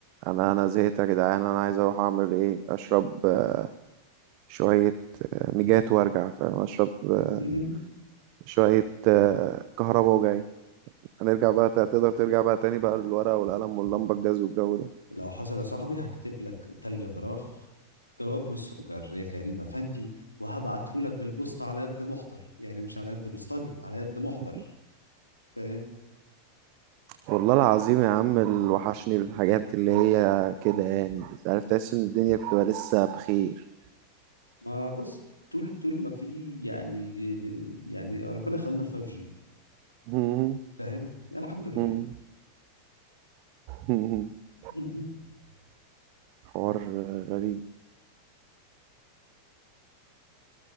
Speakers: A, on the right; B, on the left.
A: انا انا زهقت يا جدعان انا عايز اروح اعمل ايه اشرب آه، شوية آه، ميجات وارجع فاهم اشرب آه،
B: <laughs>
A: شوية آه، كهرباء وجاي هنرجع بقى تقدر ترجع بقى تاني بقى للورقة والقلم واللمبة الجاز والجو ده
B: لو حصل يا صاحبي هكتب لك تلغراف جواب مسجر يا كريم افندي وهبعته لك بالبوسطه على قد محضر يعني مش على قد بوسطجي على قد محضر
A: <laughs>
B: فاهم
A: والله العظيم يا عم اللي وحشني الحاجات اللي هي كده يعني عارف تحس ان الدنيا بتبقى لسه بخير
B: ما بص طول طول ما في يعني يعني ربنا خلينا الفايف جي
A: مم.
B: فاهم يعني الحمد لله
A: مم. <laughs>
B: <laughs>
A: حوار غريب